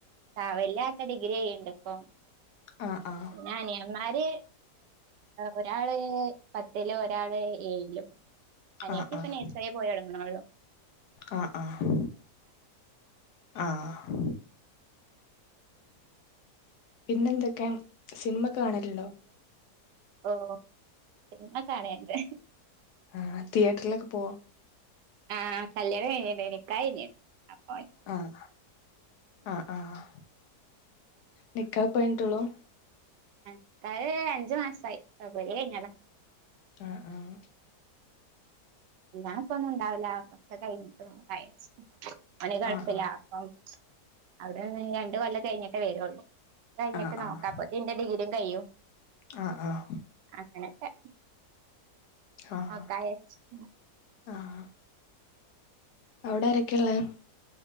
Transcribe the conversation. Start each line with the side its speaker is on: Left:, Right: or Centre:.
Right: ആഹ് വല്ല്യാത്ത ഡിഗ്രിയ്യ്ണ്ട് ഇപ്പം
Left: ആഹ് ആഹ്
Right: ന്നെ അനിയമാര് ഒരാള് പത്തില് ഒരാള് ഏഴ് ലും അനിയത്തി
Left: ആഹ്
Right: ഇപ്പം
Left: ആഹ്
Right: നൈസറി പോയി തൊടങ്ങ്ണോള്ളു
Left: ആഹ് ആഹ് ആഹ് പിന്നെന്തൊക്കെ സിൻമക്കെ കാണല്ണ്ടോ
Right: ഓഹ് സിനിമക്കെ കാണല്ണ്ട്
Left: ആഹ് തിയേറ്ററിലൊക്കെ പോവോ
Right: ആഹ് കല്യാണം കഴിഞ്ഞില്ല നിക്കാഹ് കഴിഞ്ഞ്ണ്ട് അ
Left: ആഹ് ആഹ് ആഹ് നിക്കാഹ് ഇപ്പ കഴിഞ്ഞിട്ടൊള്ളു
Right: നിക്കാഹ്‌ അഞ്ച് മാസായി ഫെബ്രുവരി കഴിഞ്ഞതാ
Left: ആഹ് ആഹ്
Right: കല്യാണം ഇപ്പൊന്നും ഇണ്ടാവൂല കൊറച്ചൊക്കെ കഴിഞ്ഞിട്ട് നോക്കാ വിചാരിച്ച് ഓന് ഗൾഫിലാ
Left: ആഹ് ആഹ്
Right: അപ്പം അവിടെ ഒര് രണ്ട് കൊല്ലം കഴിഞ്ഞിട്ടേ വെരൊള്ളൂ കഴിഞ്ഞിട്ട്
Left: ആഹ്
Right: നോക്കാ
Left: ആഹ്
Right: അപ്പോത്തിന് ഇന്റെ ഡിഗ്രിയും കയ്യും
Left: ആഹ് ആഹ്
Right: അങ്ങനക്കെ
Left: ആഹ് ആഹ്
Right: നോക്കാം വിചാരിച്ച് ഉം
Left: ആഹ് അവിടെ ആരൊക്കെള്ളേ